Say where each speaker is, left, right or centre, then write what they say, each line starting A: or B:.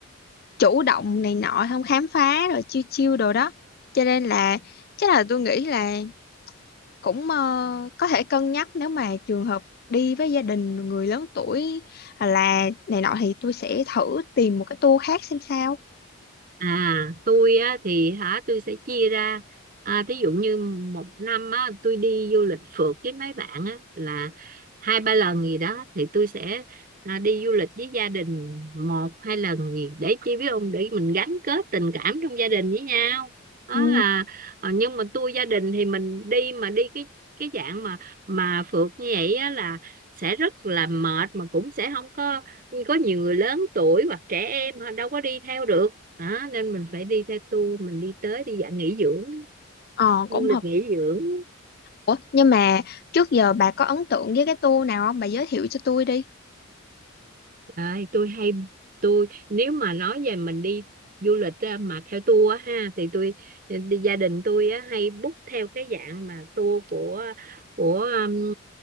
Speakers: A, on the left; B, on the right.
A: chủ động này nọ không khám phá rồi chiêu chiêu đồ đó. Cho nên là chắc là tôi nghĩ là cũng ờ, có thể cân nhắc nếu mà trường hợp đi với gia đình người lớn tuổi hoặc là này nọ thì tôi sẽ thử tìm một cái tour khác xem sao.
B: À, tôi á thì hả tôi sẽ chia ra à, ví dụ như một năm á tôi đi du lịch phượt với mấy bạn á là hai ba lần gì đó thì tôi sẽ à, đi du lịch với gia đình một hai lần gì để chi biết ông để mình gắn kết tình cảm trong gia đình với nhau đó
A: Ừ,
B: là ờ, nhưng mà tôi gia đình thì mình đi mà đi cái cái dạng mà mà phượt như vậy á là sẽ rất là mệt mà cũng sẽ không có có nhiều người lớn tuổi hoặc trẻ em họ đâu có đi theo được đó nên mình phải đi theo tour mình đi tới đi dạng nghỉ dưỡng
A: ờ
B: du
A: cũng
B: lịch
A: hợp
B: nghỉ dưỡng
A: Ủa, nhưng mà trước giờ bà có ấn tượng với cái tour nào không? Bà giới thiệu cho tôi đi.
B: Đấy, tôi hay tôi nếu mà nói về mình đi du lịch á, mà theo tour á ha thì tôi đi gia đình tôi á, hay book theo cái dạng mà tour của của um,